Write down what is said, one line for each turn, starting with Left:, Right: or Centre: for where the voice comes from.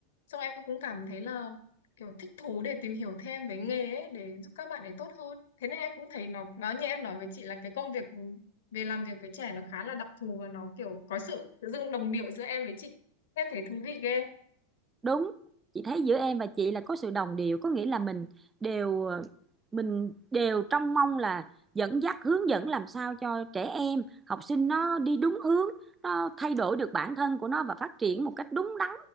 Left: Xong em cũng cảm thấy là kiểu thích thú để tìm hiểu thêm về nghề ấy để giúp các bạn ấy tốt hơn thế nên em cũng thấy nó nó như em nói với chị là cái công việc về làm việc với trẻ nó khá là đặc thù và nó kiểu có sự tự dưng đồng điệu giữa em với chị em thấy thú vị ghê
Right: Đúng, chị thấy giữa em và chị là có sự đồng điệu, có nghĩa là mình đều ờ, mình đều trong mong là dẫn dắt hướng dẫn làm sao cho trẻ em, học sinh nó đi đúng hướng, nó thay đổi được bản thân của nó và phát triển một cách đúng đắn